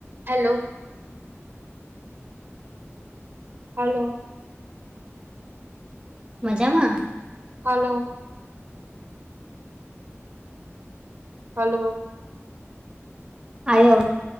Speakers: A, on the right (about 50°); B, on the right (about 20°).
A: Hello. Hello.
B: મજામાં?
A: Hello. Hello.
B: આયો અ